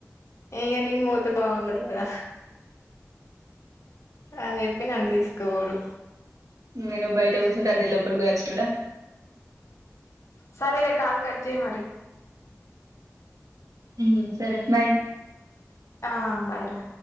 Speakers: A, on the left; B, on the right.
A: ఇంకా నేను పోతే బాగుండదు కదా అని చెప్పి నన్ను తీసుకోవడు
B: నేను బయట కూర్చుంటే అన్నిీ లోపలికియచ్చుడా
A: సరే రే కాల్ కట్జే మరి
B: ఉ సరే బై్
A: ఆ బైరా